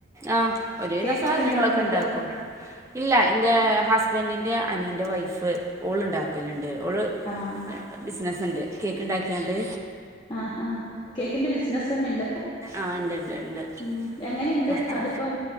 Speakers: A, on the right (about 15°); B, on the left (about 25°).
A: ആഹ് ഒരുവിധം
B: കേക്കൊക്കെ
A: സാധനങ്ങളൊക്കെ
B: ഉണ്ടാക്കോ ഇങ്ങള്
A: ണ്ടാക്കും ഇല്ല ഇന്റെ ഹസ് ബൻഡിൻ്റെ അനിയൻ്റെ വൈഫ് ഓൾ ഉണ്ടാക്കലുണ്ട് ഓള്
B: ആഹ്
A: ബിസിനസ്സ്ണ്ട് കേക്ക്‌ണ്ടാക്കിയാണ്ട്
B: ആഹ് ആഹ് കേക്കിന്റെ ബിസിനസ് തന്നെ ഇണ്ട്?
A: ആഹ് ഇണ്ട് ഇണ്ട് ഇണ്ട്
B: ഉം എങ്ങനെയുണ്ട്
A: പൊറത്ത്
B: അതിപ്പം?